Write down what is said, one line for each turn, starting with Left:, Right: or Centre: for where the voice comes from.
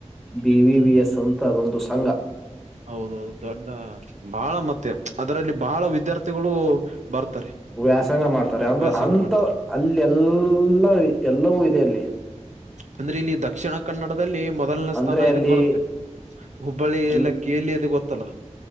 Centre: ಬಿ ವಿ ವಿ ಎಸ್ ಅಂತ ಅದೊಂದು ಸಂಘ
Right: ಹೌದೌದು ದೊಡ್ಡ ಬಹಳ ಮತ್ತೆ ಅದರಲ್ಲಿ ಬಹಳ ವಿದ್ಯಾರ್ಥಿಗಳು ಬರ್ತಾರೆ.
Centre: ವ್ಯಾಸಂಗ ಮಾಡ್ತಾರೆ ಅಂದ್ರ
Right: ವ್ಯಾಸಂಗ
Centre: ಅಂತ
Right: ಮಾಡ್ತಾರೆ
Centre: ಅಲ್ಲಿ ಎಲ್ಲ ಎಲ್ಲವೂ ಇದೆ ಅಲ್ಲಿ.
Right: ಅಂದ್ರೆ ಇಲ್ಲಿ ದಕ್ಷಿಣ ಕನ್ನಡದಲ್ಲಿ ಮೊದಲನೇ
Centre: ಅಂದ್ರೆ
Right: ಸ್ಥಾನ ಇದಕ್
Centre: ಅಲ್ಲಿ
Right: ಬರುತ್ತೆ. ಹುಬ್ಬಳ್ಳಿ
Centre: ಅಲ್
Right: ಎಲ್ಲ ಕೇಲಿದು ಗೊತ್ತಲ್ಲ